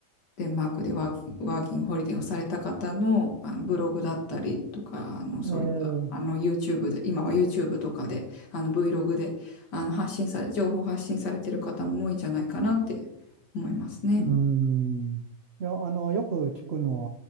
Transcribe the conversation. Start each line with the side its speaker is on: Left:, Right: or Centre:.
Left: デンマークでワーキ、ワーキングホリデーをされた方の、あのブログだったりとか、あのそういったあの
Right: えー、
Left: YouTube で、今は YouTube とかであの Vlog であの発信され、情報発信されてる方も多いんじゃないかなって思いますね。
Right: うん。いや、あの、よく聞くの